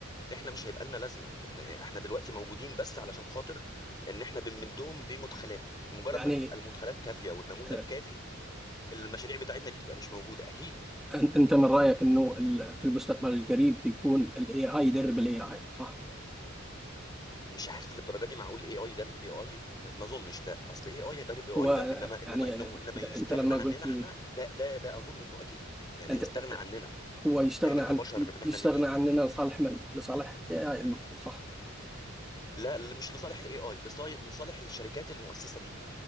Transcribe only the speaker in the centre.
يعني
آه،
أن- أنت من رأيك أنه ال- في المستقبل القريب بيكون ال AI يدرب ال AI صح؟
هو
يعني
أنت
أنت لما
قلت لي
أنت
هو يستغنى
عن
يستغنى
عننا لصالح من؟ لصالح AI المفروض صح؟